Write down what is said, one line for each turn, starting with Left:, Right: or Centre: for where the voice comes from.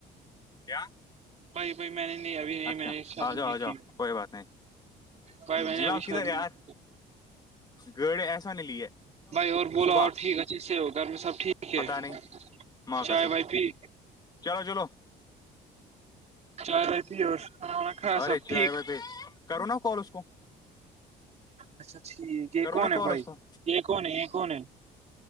Left: کیا
Right: بھائی بھائی میں نے نہیں ابھی نہیں
Left: اچھا
Right: میں نے شادی
Left: آ جاؤ
Right: نہیں
Left: آ
Right: کی
Left: جاؤ کوئی بات نہیں
Right: بھائی میں
Left: جی
Right: نے
Left: میم
Right: ابشااد
Left: کدھر یار
Right: نہیں
Left: گڑ ایسا نہیں لی ہے
Right: بھائی اور بولا
Left: صبح
Right: اور ٹھیک اچھی سے ہو گھر میں سب ٹھیک ٹھیک ہے
Left: پتا نہیں ماں
Right: چائے
Left: کسم
Right: بائی پی
Left: چلو چلو
Right: چائے رہتی اور کانا وانا کھا
Left: ارے
Right: سب
Left: چائے
Right: ٹھیک
Left: بھائی پہ کرو نا کال اس کو
Right: اچھا ٹھیک یہ
Left: کرو
Right: کون
Left: نا کال
Right: ہے بھائی
Left: اس کو
Right: یہ کون ہے یہ کون ہے